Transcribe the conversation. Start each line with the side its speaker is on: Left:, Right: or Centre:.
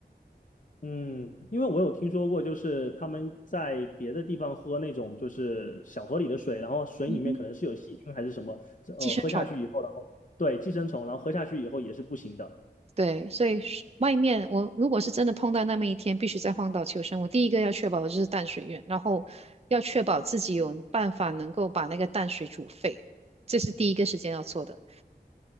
Left: 嗯，因为我有听说过，就是他们在别的地方喝那种就是小河里的水，然后水里面可能是有细菌还是什么，
Right: 嗯哼，
Left: 呃，
Right: 寄生虫。
Left: 喝下去以后，然后对寄生虫，然后喝下去以后也是不行的。
Right: 对，所以是外面我如果是真的碰到那么一天，必须在荒岛求生，我第一个要确保的就是淡水源，然后要确保自己有办法能够把那个淡水煮沸，这是第一个时间要做的。